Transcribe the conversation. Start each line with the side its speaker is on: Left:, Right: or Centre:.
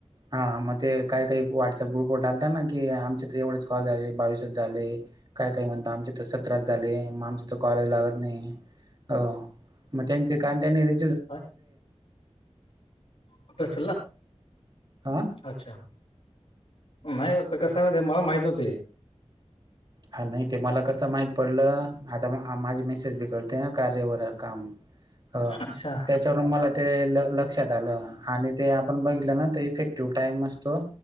Right: हा. मग ते काही, काही व्हॉट्सअप ग्रुपवर टाकतात ना. की आमचे तर एवढेच कॉल झाले, बावीसच झाले. काय काय म्हणत, आमचे तर सत्राच झाले, मग आमचं तर कॉलेच लागत नाही. हो मग त्यांचे कारण त्यांनी री
Left: ह, कुठे अस.
Right: हा
Left: अच्छा नाही कसंमा मला माहीत नव्हतं ए.
Right: हा नाही ते मला कसं माहित पडलं आता माझी मेसेज बि कडते ना कार्यवर काम हा त्या
Left: अच्छा
Right: त्याच्यावर मला ते लक्षात आलं आणि ते आपण बघितलं ना त इफेक्टिव्ह टाइम असतो.